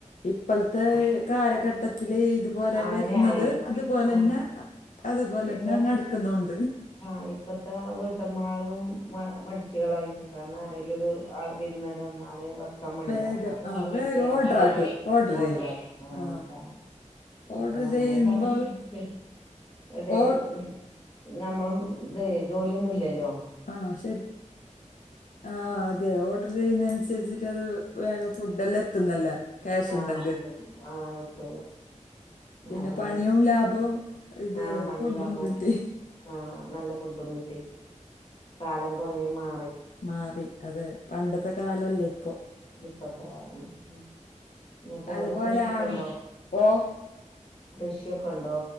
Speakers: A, on the left (about 80°); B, on the left (about 40°).
A: ഇപ്പോളത്തെ
B: ആ
A: കാലഘട്ടത്തില് ഇത് പോലെ
B: ആ, അങ്ങനെ
A: വരുന്നത്
B: ആയി
A: അതുപോലെന്നെ
B: ആ
A: അ അതുപോലെന്നെ
B: ഇപ്പൊ
A: നടക്കുന്നുണ്ട്
B: ആഹ് ഇപ്പത്തെ വീട്ടമ്മാളും മടിച്ചികളായി കാരണം ആരെലൊരു ആള് വി രുന്നാര് വന്നാല് വ ക്കമട്യാ
A: വേഗം
B: അപ്പൊ ഫോൺ
A: ആ
B: വിളിക്ക്യാ
A: വേഗം ഓർഡർ
B: ആഹ് ഓഡറിയ്യും
A: ആക്ക്
B: ഓർഡർ
A: ചെയ്യും
B: ആക്കാ ആഹ്
A: ആ
B: അതാണ്
A: ഓർഡർ
B: അപ്പൊ നമ്മളേയും
A: ചെയ്യുമ്പോൾ
B: പറയാ <unintelligible> ഇതേ
A: ഓ
B: ഉം ഞമ്മളും ഇതേ ജോലിയൊന്നുല്ലല്ലോ.
A: ആഹ് ശരി ആ അതെ ഓർഡർ ചെയ്യുന്നനുസരിച്ചിട്ട് അത് വേഗം ഫുഡ് എല്ലാം എത്തുന്നല്ലോ. ക്യാഷ്
B: ആഹ്
A: ഇണ്ടെങ്കി
B: ഫുഡൊന്നും ആഹ് എത്തുല്ലോ
A: പിന്നെ
B: അതാണ്
A: പണീം ലാഭം ഇത്
B: ആഹ് പണി
A: ഫുഡും
B: ലാഭം
A: കിട്ടി
B: ആഹ് നല്ല ഫുഡും കിട്ടി കാലം കൊറെ മാ
A: മാറി അതെ പണ്ടത്തെ കാലല്ല ഇപ്പൊ
B: ഇപ്പത്തെ കാലം ഉം ഹും ന്നിട്ട്
A: അതുപോലെ
B: അവടെ കൃഷിയൊക്കെ
A: ആളും
B: ഇണ്ടോ
A: ഓ
B: കൃഷിയൊക്കെ ഉണ്ടോ